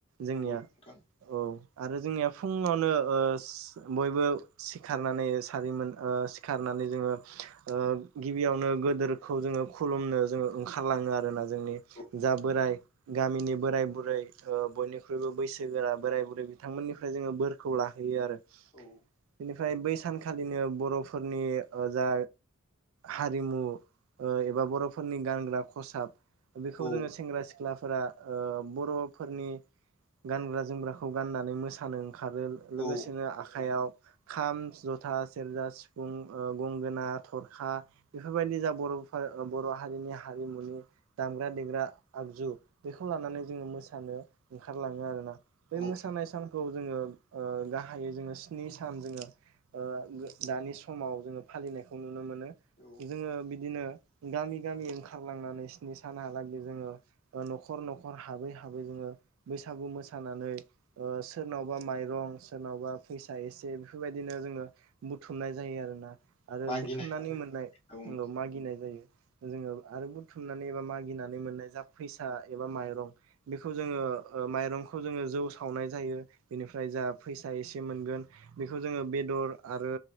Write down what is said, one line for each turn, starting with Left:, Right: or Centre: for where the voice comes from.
Right: जोंनिया
Left: औ नोंथां
Right: औ आरो जोंनिया फुङावनो बयबो सिखारनानै सारिमोन सिखारनानै जोङो ओ गिबियावनो गिदिरखौ जोङो खुलुमनो जोङो ओंखारलाङो आरो ना जोंनि
Left: औ
Right: जा बोराय गामिनि बोराय बुरै बयनिख्रुइबो बैसोगोरा बोराय बुरै बिथांमोननिफ्राय जोङो बोरखौ लाहैयो आरो।
Left: औ
Right: बेनिफ्राय बै सानखालिनो बरफोरनि जा हारिमु एबा बरफोरनि गानग्रा खसाब बेखौ खौ
Left: औ
Right: जोङो सेंग्रा सिख्लाफोरा बरफोरनि गानग्रा जोमग्राखौ गाननानै मोसानो ओंखारो लोगोसेनो
Left: औ
Right: आखाइयाव खाम जथा सेरजा सिफुं गंगोना थरखा बेफोरबायदि जा बर' हारिनि हारिमुनि दामग्रा देग्रा आगजु बेखौ लानानै जोङो मोसानो ओंखारलाङो आरोना।
Left: औ
Right: बै
Left: औ
Right: मोसानाय सानखौ जोङो गाहायै जोङो स्नि सान जोङो ओ दानि समाव जोङो फालिनायखौ नु नुनो मोनो
Left: औ
Right: जोङो बिदिनो गामि गामि ओंखारलांनानै स्नि सान हा लागै नख नखर हाबै हाबै जोङो बैसागु मोसानानै सोरनावबा माइरं सोरनावबा फैसा एसे बेफोरबायदिनो जोङो बुथुमनाय जायो आरो ना। आरो
Left: मागिनाय
Right: बुथुमनानै मोननाय
Left: होनना
Right: मागिनाय जायो जोङो आरो बुथुमनानै एबा मागि गिनानै मोननाय जा फैसा एबा माइरं बेखौ जोङो माइरंखौ जोङो जौ सावनाय जायो। बेनिफ्राय जा फैसा एसे मोनगोन बेखौ जोङो बेदर आरो